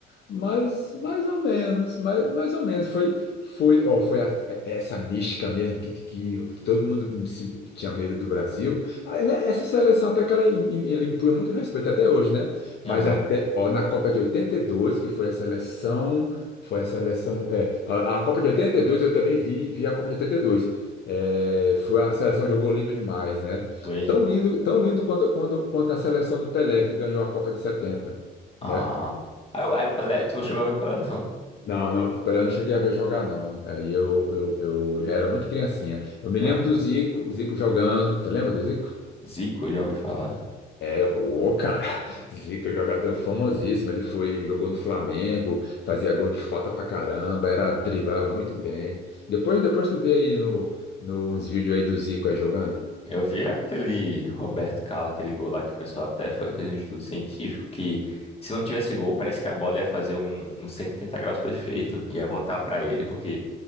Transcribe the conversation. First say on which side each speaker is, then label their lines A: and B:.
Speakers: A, on the left; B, on the left.
A: mas mais ou menos, mais, mais ou menos. Foi, foi, ó, foi a- é, essa mística mesmo que, que todo mundo se- tinha medo do Brasil. Ah, né, Essa seleção até que ela, im- im- ela impunha muito respeito até hoje, né? Mas
B: Aham,
A: até, ó, na Copa de 82 que foi a seleção, foi a seleção, é, a, a Copa de 82 eu também vi, vi a Copa de 82. É, foi a seleção jogou lindo demais, né?
B: foi.
A: Tão lindo, tão lindo quando, quando, quanto a seleção do Pelé, que ganhou a Copa de setenta
B: Ah.
A: né?
B: Aí, o aí o Pelé, tu não chegou a ver o Pelé não, né?
A: Não, não, o Pelé eu não cheguei a ver jogar, não. Aí eu, eu, eu já era muito criancinha. Eu me
B: Ah,
A: lembro do Zico, o Zico jogando. Tu lembra do Zico?
B: Zico, eu já ouvi falar.
A: É, ô, cara, <laughs> Zico é um jogador famosíssimo. Ele foi, jogou no Flamengo, fazia gol de falta pra caramba, era, driblava muito bem. Depois, depois tu vê aí no, no, uns vídeos aí do Zico aí jogando.
B: Eu vi aquele Roberto Carlos, aquele gol lá que o pessoal até foi- fez um estudo científico que se não tivesse gol, parece que a bola ia fazer um, um 180 graus perfeito, ia voltar pra ele, porque